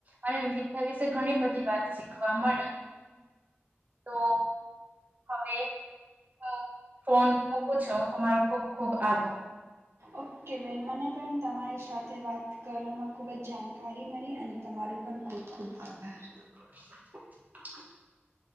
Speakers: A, on the right; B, on the right.
A: અને વિવિધતા વિશે ઘણી બધી વાત શીખવા મળી તો હવે હું ફોન મૂકું છું તમારો ખુબ ખુબ આભાર
B: ઓકે બેન મને પણ તમારી સાથે વાત કરવામાં ખૂબ જ જાણકારી મળી અને તમારું પણ ખૂબ ખૂબ આભાર
A: <inaudible>